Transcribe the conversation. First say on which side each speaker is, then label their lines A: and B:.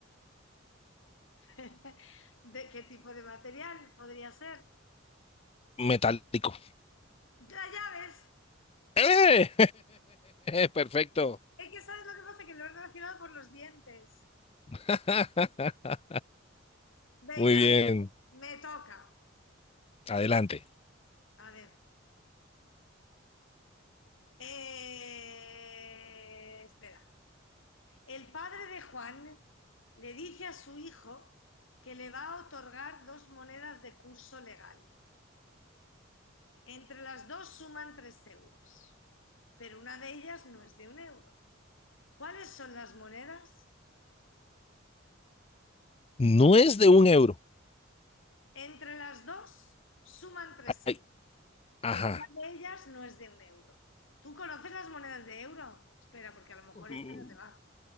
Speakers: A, on the left; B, on the left.
A: <laughs> ¿De qué tipo de material podría ser?
B: Metálico.
A: Las llaves.
B: ¡Eh! <laughs> Perfecto.
A: Es que sabes lo que pasa, que lo he relacionado por los dientes.
B: <laughs>
A: Venga,
B: Muy bien.
A: me toca.
B: Adelante.
A: A ver. Eh, espera. El padre de Juan le dice a su hijo que le va a otorgar dos monedas de curso legal. Entre las dos suman tres euros. pero una de ellas no es de un euro. ¿Cuáles son las monedas?
B: No es de un euro
A: Entre las dos suman tres euros,
B: Ay, ajá.
A: pero una de ellas no es de un euro. ¿Tú conoces las monedas de euro? Espera, porque a lo mejor
B: Mm,
A: este no te va.